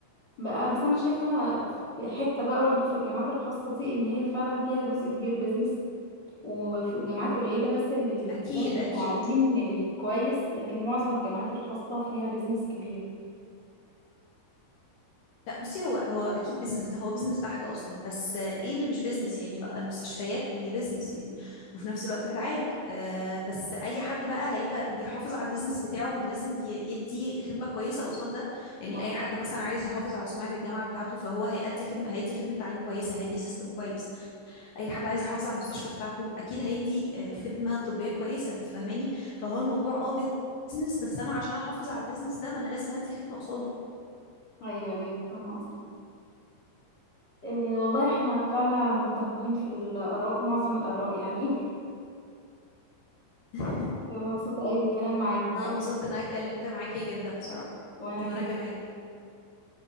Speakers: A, on the left (about 40°); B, on the left (about 65°).
A: بقى بس أنا شايفة في حتة بقى برضه في الجامعات الخاصة دي إن هي فعلا فيها جزء كبير بيزنس وفي جامعات قليلة بس اللي بتهتم
B: اكيد
A: بالتعليم
B: اكيد
A: الكويس لكن معظم الجامعات الخاصة فيها بيزنس كبير
B: لا بصي هو هو اكيد بيزنس ده هو بيزنس بحت اصلا بس آه، ايه اللي مش بيزنس يعني ما- المستشفيات ما هي بيزنس يعني وفي نفس الوقت بتعالج آه بس اي حد بقى هيبقى بيحافظ على البيزنس بتاعه ما لازم ي- يدي خدمة كويسة قصاد ده يعني
A: أيوة
B: اي حد مثلا عايز يحافظ على سمعة الجامعة بتاعته فهو هيأدي خدمة هيدي خدمة تعليم كويسة هيدي سيستم كويس اي حد عايز يحافظ على المستشفى بتاعته اكيد هيدي آه، خدمة طبية كويسة فاهماني فهو الموضوع اه بيزنس بس انا عشان احافظ على البيزنس ده ما انا لازم هدي خدمة قصاده
A: أيوة أيوة، فاهمة قصدك إيه والله احنا طلعنا متفقين في الآراء معظم الآراء يعني <laughs>
B: <laughs>
A: مبسوطة قوي بالكلام معاكي حقيقي
B: انا انبسطت ان انا اتكلمت معاكي جدا بصراحة
A: وأنا
B: وانا
A: كمان
B: كمان